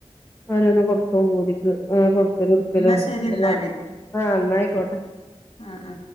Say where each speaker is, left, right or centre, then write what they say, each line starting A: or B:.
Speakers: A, on the left; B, on the left.
A: അവനൊന്ന കൊടുക്ക കടിക്ക് അങ്ങന
B: ഉം
A: കൊടുക്കലോ കൊടുക്കലോ
B: ന്നാ ശരി
A: <unintelligible>
B: ന്നാല്
A: ആഹ് ന്നായിക്കോട്ടെ
B: ആ ആ